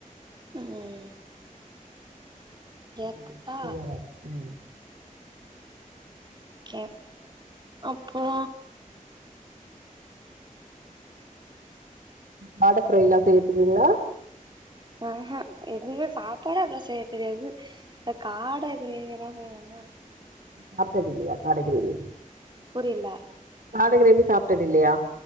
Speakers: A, on the right (about 30°); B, on the right (about 80°).
A: ம் கேக்குதா
B: ம் கிளியராருக்கு ம்
A: ஓகே அப்பறோ
B: காட ப்ரை எல்லா செய்ய தெரியுங்களா
A: ம் ஹூ எதுவுமே சாப்பாடே அவ்வளவா செய்ய தெரியாது இதுல காட கிரேவி எல்லா செய்வேனா
B: சாப்ட்டது இல்லையா காட கிரேவி
A: புரில
B: காட கிரேவி சாப்ட்டது இல்லையா